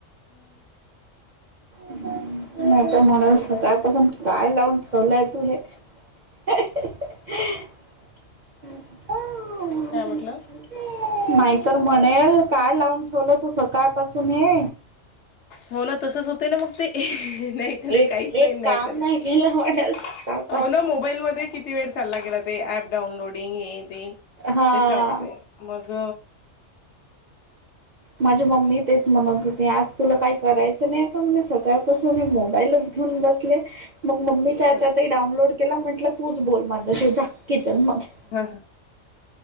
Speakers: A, on the left (about 65°); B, on the right (about 45°).
A: हम्म.
B: नाही तर म्हणेल, सकाळपासून काय लावून ठेवलंय तू हे? <unintelligible>
A: काय म्हटलं?
B: नाहीतर म्हणेल, काय लावून ठेवलं तू सकाळ पासून हे?
A: हो ना. तसच होतय ना, मग ते. नाही तर नाही,
B: एक
A: काहीच
B: एक
A: नाही, नाही
B: काम
A: तर नाही,
B: केलं म्हणेल सकाळपासून
A: हो ना. मोबाईल मध्ये किती वेळ चालला गेला ते ऍप डाउनलोडिंग हे ते
B: हा
A: त्याच्या वर ते मग
B: माझी मम्मी तेच म्हणत होती. आज तुला काही करायचं नाही का म्हणे? सगळ्यापासून हे मोबाईलच घेऊन बसले, मग मम्मी च्यातही
A: ह
B: डाउनलोड केला. म्हंटलं, तूच बोल माझ्याशी जा किचनमध्ये.
A: हा हा.